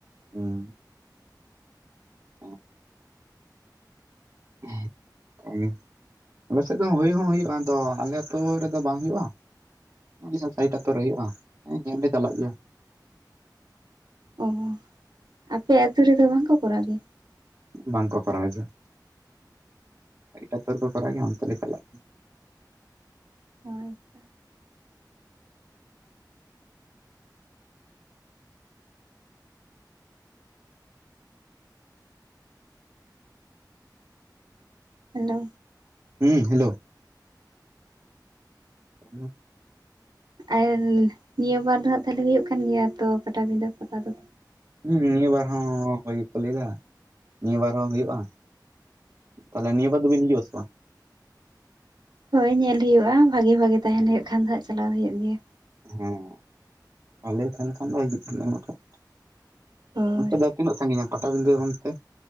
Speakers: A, on the right; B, on the right.
A: ᱦᱩᱸ ᱚ ᱮ ᱜᱮ ᱟᱞᱮᱥᱮᱫ ᱫᱚ ᱦᱩᱭ ᱦᱚᱸ ᱦᱩᱭᱩᱜᱼᱟ ᱟᱫᱚ ᱟᱞᱮ ᱟᱛᱩ ᱨᱮᱫᱚ ᱵᱟᱝ ᱦᱩᱭᱩᱜᱼᱟ᱾ <inaudible> ᱥᱟᱭᱤᱴ ᱟᱛᱩ ᱨᱮ ᱦᱩᱭᱩᱜᱼᱟ ᱦᱮᱸ ᱧᱮᱞ ᱞᱮ ᱪᱟᱞᱟᱜ ᱜᱮᱭᱟ᱾
B: ᱚ ᱟᱯᱮ ᱟᱛᱩ ᱨᱮᱫᱚ ᱵᱟᱝᱠᱚ ᱠᱚᱨᱟᱣ ᱜᱮᱭᱟ?
A: ᱵᱟᱝᱠᱚ ᱠᱚᱨᱟᱣ ᱡᱚᱦᱟ ᱮᱴᱟᱜ ᱟᱛᱩ ᱨᱮ ᱠᱚ ᱠᱚᱨᱟᱣ ᱜᱮᱭᱟ ᱚᱱᱛᱮ ᱞᱮ ᱪᱟᱞᱟᱜ
B: ᱦᱳᱭ ᱛᱚ ᱦᱮᱞᱳ
A: ᱦᱩᱸ ᱦᱮᱞᱳ ᱚᱱᱟ
B: ᱟᱨ ᱱᱤᱭᱟᱹ ᱵᱟᱨ ᱫᱚ ᱦᱟᱸᱟᱜ ᱛᱟᱦᱞᱮ ᱦᱩᱭᱩᱜ ᱠᱟᱱ ᱜᱮᱭᱟ ᱛᱚ ᱯᱟᱴᱟᱵᱤᱸᱫᱟᱹ ᱯᱟᱛᱟ ᱫᱚ
A: ᱦᱩᱸ ᱱᱤᱭᱟᱹ ᱵᱟᱨ ᱦᱚᱸ ᱦᱩᱭ ᱠᱚ ᱞᱟᱹᱭᱫᱟ ᱱᱤᱭᱟᱹ ᱵᱟᱨ ᱦᱚᱸ ᱦᱩᱭᱩᱜᱼᱟ᱾ ᱛᱟᱦᱚᱞᱮ ᱱᱤᱭᱟᱹ ᱵᱟᱨ ᱫᱚᱵᱤᱱ ᱦᱤᱡᱩᱜ ᱟᱥᱮ ᱵᱟᱝ?
B: ᱦᱳᱭ ᱧᱮᱞ ᱦᱩᱭᱩᱜᱼᱟ ᱵᱷᱟᱜᱤ ᱵᱷᱟᱜᱤ ᱛᱟᱦᱮᱱ ᱦᱩᱭᱩᱜ ᱠᱷᱟᱱ ᱫᱚ ᱦᱟᱸᱜ ᱪᱟᱞᱟᱣ ᱦᱩᱭᱩᱜ ᱜᱮᱭᱟ᱾
A: ᱦᱮᱸ ᱵᱷᱟᱞᱮ ᱛᱟᱦᱮᱸ ᱞᱮᱠᱷᱟᱱ ᱫᱚ ᱜᱤᱫᱽᱨᱟᱹ ᱦᱚ ᱢᱤᱫᱴᱮᱜ
B: ᱦᱳᱭ
A: ᱚᱱᱛᱮ ᱫᱚ ᱛᱤᱱᱟᱹᱜ ᱥᱟᱺᱜᱤᱧᱟ ᱯᱟᱴᱟᱵᱤᱸᱫᱟᱹ ᱚᱱᱛᱮ?